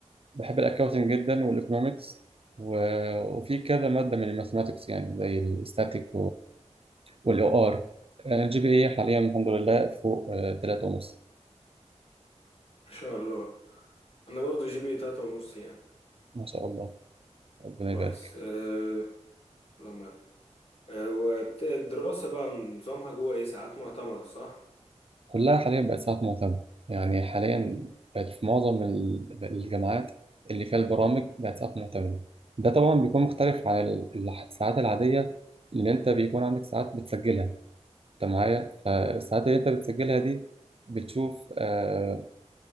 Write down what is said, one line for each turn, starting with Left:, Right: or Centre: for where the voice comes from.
Right: بحب الاكاونتنج جدا والايكونومكس و... وفي كذا مادة من الماثماتكس يعني زي الاستاتيك والاو ار الجي بي اي حاليا الحمد لله فوق آه، تلاتة ونص
Left: شاء الله انا برضو جي بي اي تلاتة ونص يعني
Right: ما شاء الله ربنا
Left: كويس
Right: يبارك
Left: أه... لما أه... وبت... الدراسة بقى نظامها جوه ايه ساعات معتمدة صح
Right: كلها حاليا بقت ساعات معتمدة يعني حاليا بقت في معظم ال- الجامعات اللي فيها البرامج بقت ساعات معتمدة ده طبعا بيكون مختلف عن ال- الساعات العادية لأن أنت بيكون عندك ساعات بتسجلها أنت معايا فالساعات اللي أنت بتسجلها دي بتشوف آه